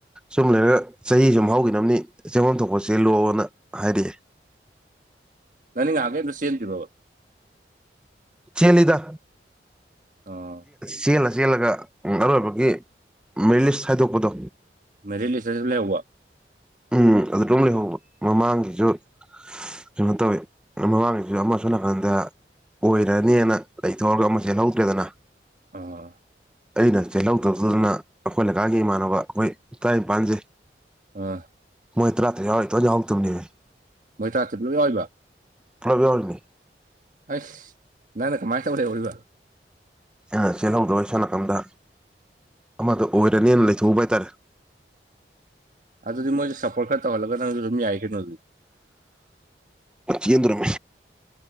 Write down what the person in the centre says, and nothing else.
ꯁꯨꯝ ꯂꯩꯔꯒ ꯆꯍꯤ ꯁꯨꯝ ꯍꯧꯈꯤꯅꯕꯅꯤ ꯆꯦꯟꯕꯝ ꯊꯣꯛꯄ ꯆꯦꯜꯂꯣꯑꯣꯅ ꯍꯥꯏꯔꯛꯑꯦ꯫
ꯆꯦꯜꯂꯤꯗ
ꯆꯦꯜꯂ ꯆꯦꯜꯂꯒ ꯎꯝ ꯑꯔꯣꯏꯕꯒꯤ ꯃꯦꯔꯤꯂꯤꯁ ꯍꯥꯏꯗꯣꯛꯄꯗꯣ꯫
ꯎꯝ ꯑꯗꯨꯗ꯭ꯔꯨꯝ ꯂꯩꯍꯧꯕ ꯃꯃꯥꯡꯒꯤꯖꯨ꯫ ꯀꯩꯅꯣ ꯇꯧꯋꯦ ꯃꯃꯥꯡꯒꯤꯁꯨ ꯑꯃ ꯁꯣ ꯅꯥꯀꯟꯗ ꯑꯣꯏꯔꯅꯦꯅ ꯂꯩꯊꯣꯛꯑꯒ ꯑꯃ ꯆꯦꯜꯍꯧꯗ꯭ꯔꯦꯗꯅ꯫
ꯑꯩꯅ ꯆꯦꯜꯍꯧꯗꯞꯗꯨꯅ ꯑꯈꯣꯏ ꯂꯩꯀꯥꯏꯒꯤ ꯏꯃꯥꯟꯅꯕ ꯑꯈꯣꯏ ꯇ꯭ꯔꯥꯄꯥꯟꯖꯦ
ꯃꯣꯏ ꯇ꯭ꯔꯥꯇꯔ꯭ꯦꯠ ꯌꯥꯎꯔ ꯏꯇꯣꯝ ꯌꯥꯥꯎꯗꯕꯅꯦꯕ
ꯄꯨꯂꯞ ꯌꯥꯎꯔꯤꯅꯤ꯫
ꯑꯩꯅ ꯆꯦꯜꯍꯧꯗꯕ ꯁꯣꯟꯅꯀꯥꯟꯗ ꯑꯃꯗ ꯑꯣꯏꯔꯅꯦꯅ ꯂꯩꯊꯣꯛꯎꯕ ꯍꯥꯏꯇꯥꯔꯦ꯫
ꯀꯤꯟꯗꯨꯔꯝ